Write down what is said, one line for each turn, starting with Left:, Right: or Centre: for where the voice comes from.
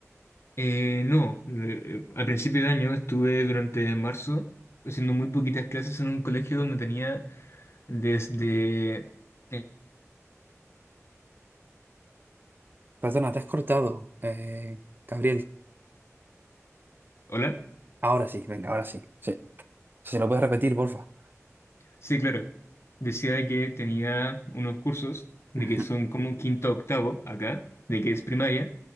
Left: Eh, no, eh, al principio de año estuve durante marzo haciendo muy poquitas clases en un colegio donde tenía desde... eh,
Right: Perdona, te has cortado, eh, Gabriel.
Left: ¿Hola?
Right: Ahora sí, venga, ahora sí. Sí. Si lo puedes repetir, porfa.
Left: Sí, claro. Decía que tenía unos cursos de
Right: Ujú.
Left: que son como quinto a octavo acá, de que es primaria,